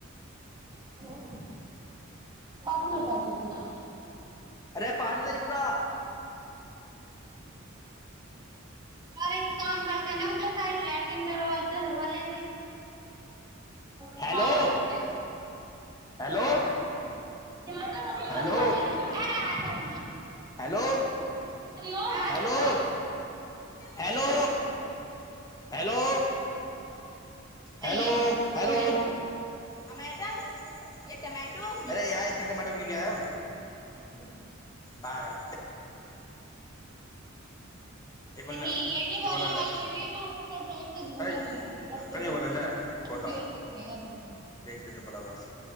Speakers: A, on the right; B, on the left.
A: ह बाजू भटा छै तरा <unintelligible>
B: अरे पान त यूरा
A: यार एक काम करते न उ तर साइड लेट्रिंग ते रवे <unintelligible>
B: हेलो
A: ह ओर क्या
B: हेलो
A: <unintelligible>
B: हेलो
A: अरे आ जाओ
B: हेलो
A: आ
B: हेलो
A: जाओ ना
B: हेलो हेलो हेलो
A: सही है
B: हेलो
A: बढ़िया
B: टमाटो य टमाटो अरे य इते टमाटो क्य ल आयौ
A: <inaudible>
B: पागल एको
A: नहीं
B: ले
A: यही बोलने
B: ये वाला
A: वाली
B: ले
A: है ने हकर टोर से झूमर
B: अरे
A: लगा है
B: ढक्कन
A: एकदमी
B: ये वाला
A: क
B: ले छोटा
A: कहना भ ल <unintelligible>
B: देख देते बड़ा बस